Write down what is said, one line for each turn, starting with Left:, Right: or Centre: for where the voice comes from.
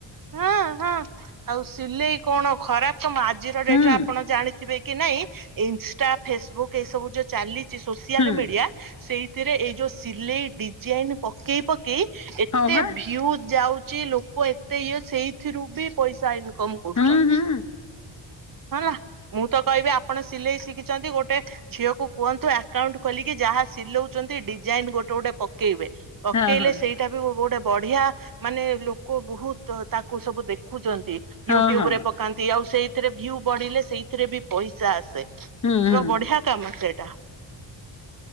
Right: ହଁ-ହଁ ଆଉ ସିଲେଇ କଣ ଖରାପ୍ <unintelligible> ଆଜିର ଡେଟ୍
Left: ହୁଁ
Right: ରେ ଆପଣ ଜାଣିଥିବେ କି ନାଇଁ ଇନଷ୍ଟା ଫେସବୁକ୍ ଏଇସବୁ ଯୋଉ ଚାଲି ଚି ସୋସିଆଲ୍
Left: ହୁଁ
Right: ମିଡି଼ଆ ସେଇଥିରେ ଏଇ ଯୋଉ ସିଲେଇ ଡିଜାଇନ୍ ପକେଇ-ପକେଇ ଏତେ
Left: ହଁ ବା
Right: ଭିଉ ଯାଉ ଚି ଲୋକ ଏତେ ଇଏ ସେଇଥିରୁ ବି ପଇସା ଇନକମ୍ କରୁଚନ୍ତି।
Left: ହୁଁ ହୁଁ
Right: ହେଲା, ମୁଁ ତ କହିବି ଆପଣ ସିଲେଇ ଶିଖିଚନ୍ତି ଗୋଟେ ଝିଅକୁ କୁହନ୍ତୁ ଆକାଉଣ୍ଟ ଖୋଲିକି ଯାହା ସିଲଉଚନ୍ତି ଡିଜାଇନ୍ ଗୋଟେ-ଗୋଟେ ପକେଇବେ। ପକେଇଲ
Left: ହଁ ହଁ
Right: ସେଇ ଏଟା ବି ଗୋଟେ ବଢି଼ଆ ମାନେ ଲୋକ ବହୁତ୍ ତାକୁ ସବୁ ଦେଖୁଚନ୍ତି। ୟୁଟ୍ୟୁବ୍
Left: ହଁ ହଁ
Right: ରେ ପକାନ୍ତି, ଆଉ ସେଇଥେରେ ଭିଉ ବଢି଼ଲେ ସେଇଥେରେ ବି ପଇସା ଆସେ।
Left: ହୁଁ ହୁଁ
Right: ର ବଢି଼ଆ କାମ ସେଇଟା।